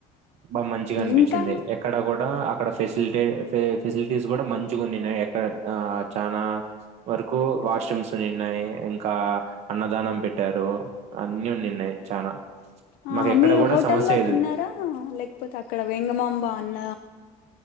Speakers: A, on the right; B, on the left.
A: బా మంచిగా అనిపించింది
B: ఇంకా
A: ఎక్కడ కూడా అక్కడ ఫెసిలిటీ ఫెసిల్ టీ తీసు కూడా మంచిగఉంది ఎక్కడ ఆ చానా వరకు వాష్రూమ్స్ నిన్నాయి ఇంకా అన్నదానం పెట్టారు అన్ని నిన్నాయి చానా
B: ఆ
A: మాకు ఎక్కడ
B: మీరు
A: కూడా
B: హోటల్లో
A: సమస్య
B: తిన్నారా
A: లేదు
B: లేకపోతే అక్కడ వేంగమాంబ అన్న